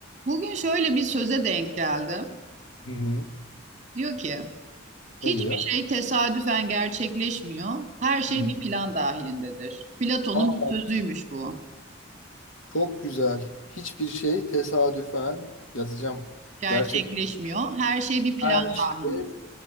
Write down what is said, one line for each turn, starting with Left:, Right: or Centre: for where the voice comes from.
Right: Bugün şöyle bir söze denk geldim.
Left: Hı hı.
Right: Diyor ki, hiçbir
Left: Ne diyor?
Right: şey tesadüfen gerçekleşmiyor. Her şey
Left: Hı hı.
Right: bir plan dahilindedir. Platon'un
Left: Aa,
Right: bir sözüymüş bu.
Left: çok güzel. Hiçbir şey tesadüfen yazacağım.
Right: Gerçekleşmiyor.
Left: Gerçek
Right: Her şey bir plan
Left: her şey
Right: dahilinde.